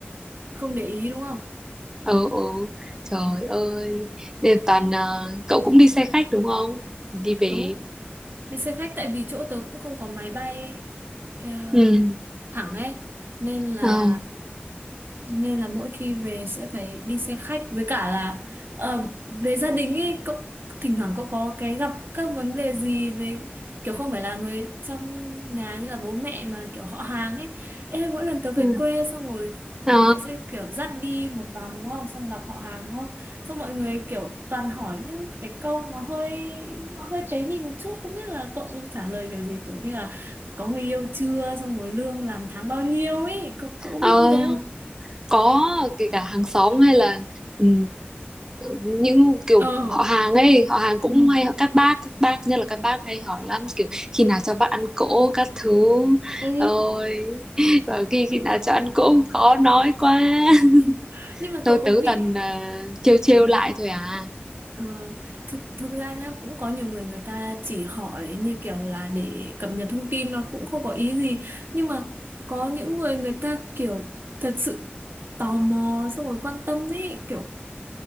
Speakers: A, on the right; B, on the right.
A: không để ý đúng không
B: ừ ừ trời ơi nên toàn à, cậu cũng đi xe khách đúng không đi về
A: đúng đi xe khách tại vì chỗ tớ cũng không có máy bay ờ,
B: ừ
A: thẳng ấy nên là
B: ờ
A: nên là mỗi khi về sẽ phải đi xe khách với cả là ờ, về gia đình ấy cậu thỉnh thoảng cậu có cái gặp các vấn đề gì về kiểu không phải là người trong nhà như là bố mẹ mà kiểu họ hàng ấy Ê, mỗi lần tớ về
B: ừ.
A: quê xong rồi
B: ờ
A: mẹ sẽ kiểu dắt đi một vòng đúng không xong gặp họ hàng đúng không xong mọi người kiểu toàn hỏi những cái câu nó hơi nó hơi tế nhị một chút không biết là cậu trả lời kiểu gì kiểu như là có người yêu chưa xong rồi lương làm tháng bao nhiêu ấy cậu cậu
B: ờ
A: bị như thế
B: có kể cả hàng xóm hay là ừ, những kiểu
A: ờ
B: họ hàng ấy họ hàng cũng
A: ừ.
B: hay các bác các bác nhất là các bác hay hỏi lắm kiểu khi nào cho bác ăn cỗ các thứ
A: ừ.
B: ôi và khi khi nào cho ăn cỗ khó nói quá <laughs>
A: <laughs> nhưng mà
B: tôi
A: cậu
B: tứ
A: có bị
B: toàn à, trêu trêu
A: ừ.
B: lại thôi à
A: ờ, thực thực ra nhá cũng có nhiều người người ta chỉ hỏi như kiểu là để cập nhật thông tin nó cũng không có ý gì nhưng mà có những người người ta kiểu thật sự tò mò xong rồi quan tâm ấy kiểu